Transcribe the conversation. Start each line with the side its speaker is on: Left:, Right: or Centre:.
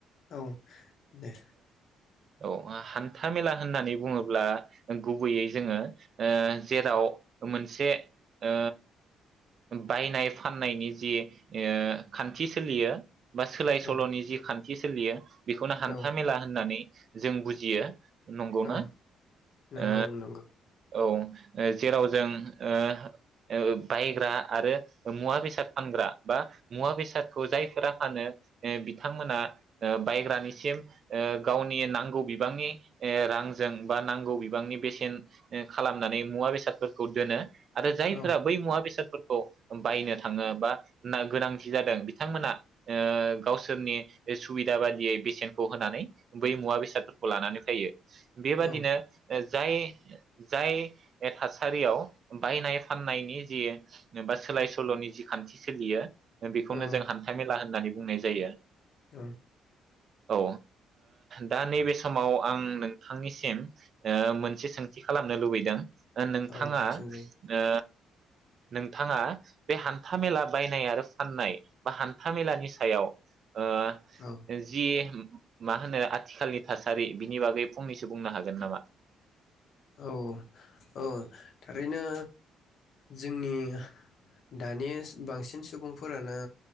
Left: औ दे।
Right: औ हान्था मेला होन्नानै बुङोब्ला गुबैयै जोङो ओ जेराव मोनसे ओ बायनाय फान्नायनि जि ओ खान्थि सोलियो बा सोलाय
Left: औ
Right: सोल'नि जि खान थि सोलियो बेखौनो हान्था
Left: औ
Right: मेला होन्नानै जों बुजियो। नंगौना?
Left: औ नंगौ
Right: ओ
Left: नंगौ
Right: औ ओ जेराव जों ओ ओ बायग्रा आरो मुवा बेसाद फानग्रा बा मुवा बेसादखौ जायफोरा फानो ओ बिथांमोना ओ बायग्रानिसिम ओ गावनि नांगौ बिबांनि रांजों बा नांगौ बिबांनि बेसेन ओ खालामनानै मुवा बेसादफोरखौ दोनो। आरो जायफोरा
Left: औ
Right: बै मुवा बेसादफोरखौ औ बायनो थाङो बा नागोनांथि जादों बिथांमोना ओ गावसोरनि सुबिदा बादियै बेसेनखौ होनानै बै मुवा बेसादफोरखौ लानानै फैयो। बेबादिनो
Left: औ
Right: ओ जाय जाय थासारियाव बायनाय फाननायनि जि बा सोलाय सोल'नि जि खान्थि सोलियो बेखौनो
Left: औ
Right: जों हान्थाइ मेला होननानै बुंनाय जायो।
Left: औ।
Right: औ ओ दा नैबे समाव आं नोंथांनिसिम मोनसे सोंथि खालामनो लुबैदों ओ नोंथाङा
Left: औ सोंजायो
Right: ओ नोंथाङा बे हान्था मेला बायनाय आरो फाननाय बा हान्था मेलानि सायाव ओ
Left: औ
Right: जि मा होनो आथिखालनि थासारि बिनि बागै फंनैसो बुंनो हागोन नामा?
Left: औ औ थारैनो जोंनि दानि बांसिन सुबुंफोरानो